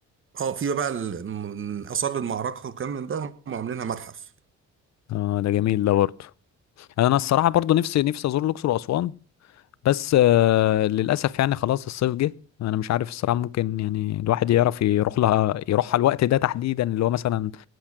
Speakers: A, on the right; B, on the left.
A: اه في بقى ال- من آثار المعركة وكم من ده هم عاملينها متحف
B: اه ده جميل ده برضه يعني انا الصراحه برضه نفسي نفسي ازور الاقصر واسوان بس آه للاسف يعني خلاص الصيف جه انا مش عارف الصراحه ممكن يعني الواحد يعرف يروح لها يروحها الوقت ده تحديدا اللي هو مثلا